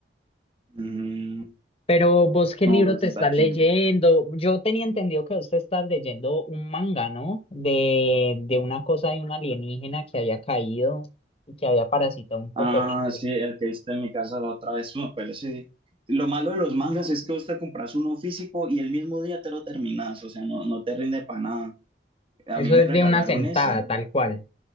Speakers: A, on the right (about 30°); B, on the left (about 30°).
A: Mm,
B: Pero vos, ¿qué
A: no,
B: libro
A: pues
B: te
A: está
B: estás
A: chimba.
B: leyendo? Yo tenía entendido que vos te estás leyendo un manga, ¿no? De, de una cosa de un alienígena que había caído y que había parasitado un poco
A: Ah,
B: de gente.
A: sí, el que viste en mi casa la otra vez, bueno, pero sí. Lo malo de los mangas es que vos te compras uno físico y el mismo día te lo terminas, o sea, no, no te rinde para nada. A
B: Eso
A: mí me
B: es
A: regalaron
B: de una sentada,
A: ese,
B: tal cual.